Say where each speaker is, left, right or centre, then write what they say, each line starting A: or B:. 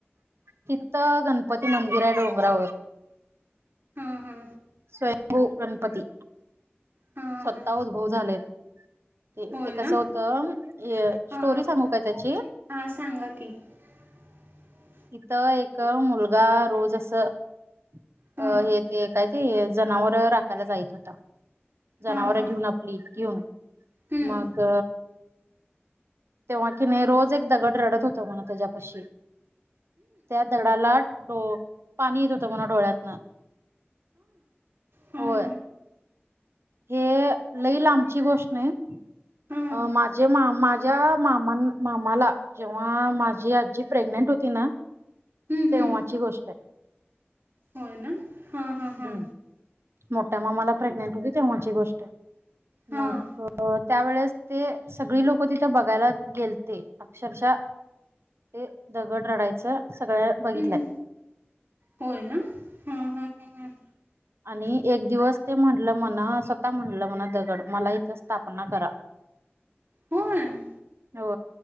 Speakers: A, on the right; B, on the right.
A: तिथथ गणपती मंदिर आहे डोंगरावर.
B: हा हा.
A: स्वयंभू गणपती
B: हां
A: स्वता उद्भव झालेत. ते
B: होय
A: ते कसं
B: ना
A: होतं
B: हां
A: स्टोरी सांगू का त्याची.
B: हां <unintelligible>
A: तिथं एक मुलगा रोज अस अ
B: हां
A: हे ते काय. ते जनावर राखायला जायत होता
B: हां
A: जनावर
B: हां
A: घेऊन आपली घेऊन.
B: हां
A: मग. तेव्हा की नाही रोज एक दगड रडत होतो म्हणा त्याच्यापाशी. त्या दगडाला डो पाणी येत होतं डोळ्यातनं.
B: हां
A: होय. हे लईलमची गोष्ट नाही.
B: हां
A: अं माझे मा माझ्या मामाां मामाला. जेव्हा माझी आजी प्रेग्नेंट होती ना
B: हां
A: तेव्हाची गोष्ट आहे.
B: होय ना हा हा हा.
A: हम्म मोठ्या मामाला प्रेग्नेंट होती तेव्हाची गोष्ट आहे
B: हां
A: मग. त्यावेेळेस ते सगळी लोकं तिथे बघायला गेलते अक्षरशः ते. दगड रडायचं सगळं
B: हां
A: बघितलंय.
B: होय ना हा हम हम हम.
A: आणि एक दिवस ते म्हटलं म्हणा स्वतः म्हटलं म्हणा दगड मला इथं स्थापना करा.
B: होयं.
A: हो